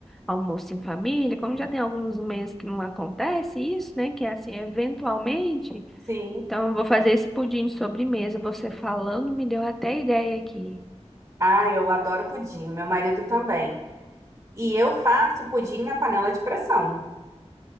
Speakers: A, in the centre; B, on the right.
A: almoço em família, como já tem alguns meses que não acontece isso, né? Que é assim, eventualmente.
B: Sim.
A: Então eu vou fazer esse pudim de sobremesa. Você falando me deu até ideia aqui.
B: Ah, eu adoro pudim, meu marido também. E eu faço pudim na panela de pressão.